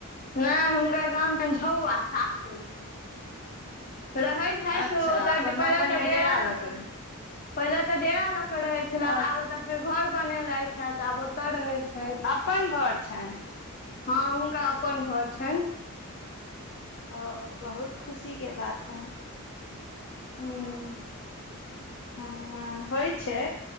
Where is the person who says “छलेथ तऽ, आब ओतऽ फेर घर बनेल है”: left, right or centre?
Left